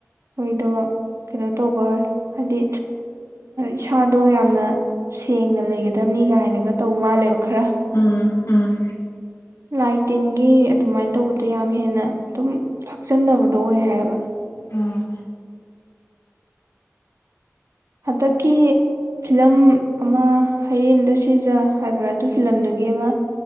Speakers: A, on the right; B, on the left.
A: ꯃꯣꯏꯗꯣ ꯀꯩꯅꯣ ꯇꯧꯕ ꯍꯥꯏꯗꯤ ꯏꯁꯥꯗꯣ ꯌꯥꯝꯅ ꯁꯦꯡꯅ ꯂꯩꯒꯗꯕꯅꯤ ꯀꯥꯏꯅꯒ ꯇꯧ ꯃꯥꯜꯂꯦꯕ ꯈꯔ
B: ꯎꯝ ꯎꯝ
A: ꯂꯥꯏ ꯇꯤꯟꯒꯤ ꯑꯗꯨꯃꯥꯏꯅ ꯇꯧꯕꯗꯣ ꯌꯥꯝ ꯍꯦꯟꯅ ꯑꯗꯨꯝ ꯍꯛꯆꯟꯅꯕ ꯂꯣꯌꯦ ꯍꯥꯏꯕ
B: ꯎꯝ
A: ꯍꯟꯗꯛꯀꯤ ꯐꯤꯂꯝ ꯑꯃ ꯍꯔꯦꯝꯗ ꯁꯤꯖ ꯍꯥꯏꯕ꯭ꯔꯥ ꯑꯗꯨ ꯐꯤꯂꯝꯗꯨꯒꯤ ꯑꯃ